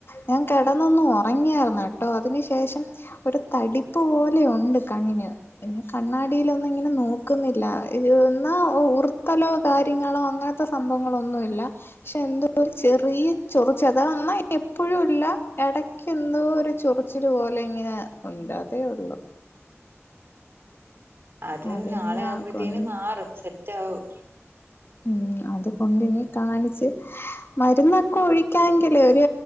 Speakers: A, on the left; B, on the right.
A: ഞാൻ കെടന്നൊന്നു ഉറങ്ങിയായിരുന്നു ട്ടോ അതിനു ശേഷം ഒരു തടിപ്പ് പോലെ ഉണ്ട് കണ്ണിന്. പിന്നെ കണ്ണാടിലൊന്നും ഇങ്ങനെ നോക്കുന്നില്ലാ എന്നാ ഉ ഉർത്തലോ കാര്യങ്ങളോ അങ്ങനെ ത്തെ സംഭവങ്ങളൊന്നും ഇല്ല പക്ഷെ എന്തോര് ചെറിയ ചൊറിച്ച് അതാ എന്നാ എപ്പോഴും ഇല്ല എടക്കെന്തോ ഒരു ചൊറിച്ചില് പോലെ ഇങ്ങനെ ഉണ്ട് അതേ ഒള്ളൂ
B: അത്
A: അതിനി
B: നാളെ
A: ആ
B: ആവുമ്പോഴ്ത്തേന്
A: കൊണ്ട്
B: മാറും സെറ്റ് ആകും
A: ഉം അതുകൊണ്ടിനി കാണിച്ച് മരുന്നൊക്കെ ഒഴിക്കാങ്കില് ഒരു